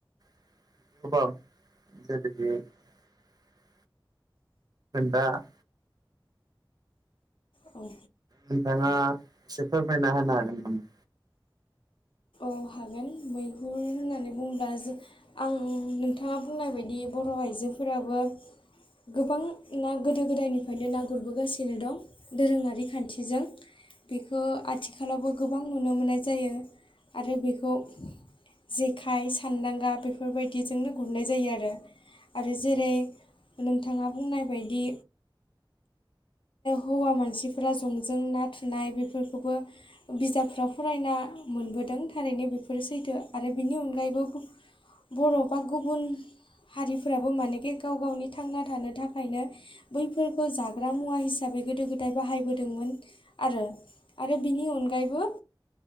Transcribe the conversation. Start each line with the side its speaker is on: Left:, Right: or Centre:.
Right: <unintelligible> दा <unintelligible>
Left: औ
Right: नोंथाङा एसे फोरमायना होनो हागोन नामा?
Left: औ हागोन मैहुर होननानै बुङोब्ला जों आं नोंथाङा बुंनाय बायदि बर' आइजोफोराबो गोबां ना गोदो गोदायनिफ्रायनो ना गुरबोगासिनो दं दोरोङारि खान्थिजों बेखौ आथिखालावबो गोबां नुनो मोननाय जायो। आरो बेखौ जेखाइ सान्दांगा बेफोरबायदिजोंनो गुरनाय जायो आरो। आरो जेरै नोंथाङा बुंनाय बायदि हौवा मानसिफोरा जंजों ना थुनाय बेफोरखौबो बिजाबफोराव फरायना मोनबोदों थारैनो बेफोरो सैथो आरो बिनि अनगायैबो बर' बा गुबुन हारिफोराबो मानेखि गाव गावनि थांना थानो थाखायनो बैफोरखौ जाग्रा मुवा हिसाबै गोदो गोदाय बाहायबोदोंमोन आरो आरो बिनि अनगायैबो